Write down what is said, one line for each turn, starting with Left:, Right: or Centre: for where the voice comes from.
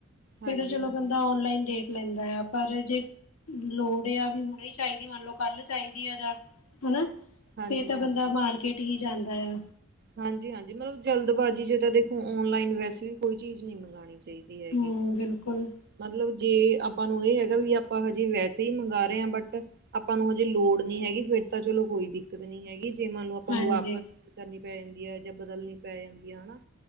Right: ਹਾਂਜੀ
Left: ਫਿਰ ਤਾਂ ਚਲੋ
Right: ਹਾਂਜੀ
Left: ਬੰਦਾ ਔਨਲਾਈਨ ਦੇਖ ਲੈਂਦਾ ਆ ਪਰ ਜੇ ਲੋੜ ਆ ਹੁਣੀ ਚਾਹੀਦੀ ਮੰਨ ਲਓ ਕੱਲ ਚਾਹੀਦੀ ਆ ਜਾਂ ਹਨਾ
Right: ਹਾਂਜੀ
Left: ਫਿਰ ਤਾਂ
Right: ਹਾਂਜੀ
Left: ਬੰਦਾ ਮਾਰਕੀਟ ਟੀ ਹੀ ਜਾਂਦਾ ਆ
Right: ਹਾਂਜੀ - ਹਾਂਜੀ ਮਤਲਬ ਜਲਦਬਾਜ਼ੀ 'ਚ' ਤਾਂ ਦੇਖੋ ਔਨਲਾਈਨ ਵੈਸੇ ਵੀ ਕੋਈ ਚੀਜ਼ ਨਹੀ ਮੰਗਵਾਉਣੀ ਚ ਚਾਹੀਦੀ ਹੈਗੀ।
Left: ਹੂੰ ਬਿਲਕੁਲ
Right: ਮਤਲਬ, ਜੇ ਆਪਾਂ ਨੂੰ ਇਹ ਹੈਗਾ ਵੀ ਆਪਾਂ ਹਜੇ ਵੈਸੇ ਹੀ ਮੰਗਾਂ ਰਹੇ ਹਾਂ ਬਟ ਆਪਾਂ ਨੂੰ ਹਜੇ ਲੋੜ ਨਹੀਂ ਹੈਗੀ ਫਿਰ ਤਾਂ ਚਲੋ ਕੋਈ ਦਿੱਕਤ ਨੀ ਹੈਗੀ। ਜੇ ਮੰਨ ਲਓ ਆਪਾਂ
Left: ਹਾਂਜੀ
Right: ਨੂੰ ਵਾਪਸ ਕਰਨੀ ਪੈ ਜਾਂਦੀ ਹੈ ਜਾਂ ਬਦਲਣੀ ਪੈ ਜਾਂਦੀ ਹੈ ਹਨਾ?